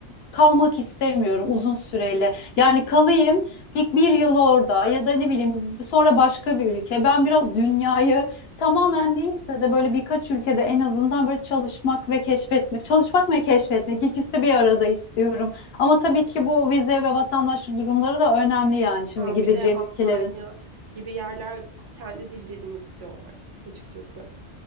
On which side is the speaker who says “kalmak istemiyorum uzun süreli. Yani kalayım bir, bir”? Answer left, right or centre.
Left